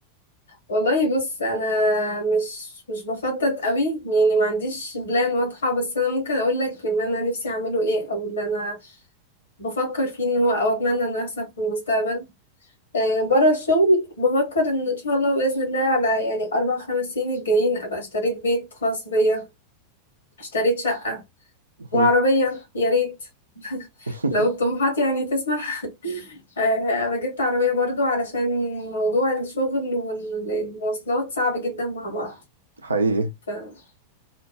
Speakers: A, on the left; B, on the right.
A: والله بص انا مش مش بخطط قوي يعني ما عنديش بلان واضحه بس انا ممكن اقول لك ان انا نفسي اعمله ايه او اللي انا بفكر فيه ان هو او اتمنى انه يحصل في المستقبل آه بره الشغل بفكر ان ان شاء الله باذن الله على يعني اربع خمس سنين الجايين ابقى اشتريت بيت خاص بيا اشتريت شقه
B: مهم.
A: وعربيه يا ريت
B: <laughs>
A: لو الطموحات يعني تسمح <laughs> آه، انا جبت عربية برضو علشان موضوع الشغل والمواصلات صعب جدا مع بعض
B: حقيقي
A: ف آه،